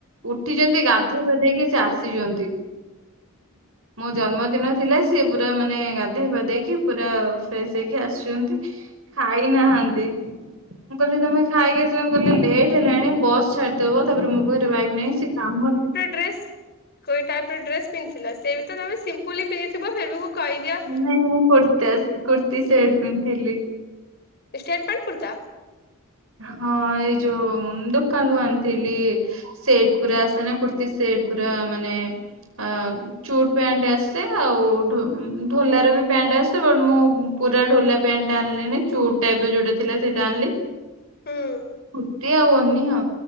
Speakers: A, on the right; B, on the left.
A: ଉଠିଚନ୍ତି ଗାଧେଇ ପାଧେଇକି ସେ ଆସିଚନ୍ତି। <unintelligible> ମୋ ଜନ୍ମଦିନ ଥିଲା ସିଏ ପୁରା ମାନେ ଗାଧେଇ ପାଧେଇକି ପୁରା ଫ୍ରେଶ୍ ହେଇକି ଆସ୍ ଆସିଚନ୍ତି ଖାଇ ନାହାନ୍ତି। ମୁଁ କହିଲି ତମେ ଖାଇକି ଆସିଲ ମୁଁ କହିଲେ ଲେଟ୍ ହେଲାଣି ବସ୍ ଛାଡିଦବ ତାପରେ ମୋ ପାଖରେ ବାଇକ୍ ନାହିଁ ସେ କାମ
B: ଡ୍ରେସ୍। ହୋଇ ଟାଇପ୍ ର ଡ୍ରେସ୍ ପିନ୍ଧଥିଲା ସେ ବି ତମେ ସିମ୍ପଲି ପିନ୍ଧଥିବ ଫିରଭି ମୁଁ କହିଦିଅ
A: ନାଇଁ ମୁଁ କୁର୍ତ୍ତା କୁର୍ତ୍ତିୀ ସେଟ୍ ପିନ୍ଧଥିଲି।
B: ଷ୍ଟେଟମେଣ୍ଟ୍ କୁର୍ତ୍ତା?
A: ହଁ ଏଇ ଯଉ ଦୁକାନ୍ ରୁ ଆଣିଥିଲି। ସେଟ୍ ପୁରା ଆସେ ନା କୁର୍ତ୍ତୀ ସେଟ୍ ପୁରା ମାନେ ଆ- ଚୁଟ୍ ପ୍ୟାଣ୍ଟ ଆସେ ଆଉ ଢୋ-ଢୋଲାର ବି ପ୍ୟାଣ୍ଟ୍ ଆସେ ବଟ୍ ମୁଁ ପୁରା ଢୋଲା ପ୍ୟାଣ୍ଟ୍ ଟା ଆଣିଲିନି ଚୁଟ୍ ଟାଇପ୍ ର ଯଉଟା ଥିଲା ସେଇଟା ଆଣିଲି।
B: ହୁଁ।
A: କୁର୍ତ୍ତି ଆଉ ଓନି ଆଉ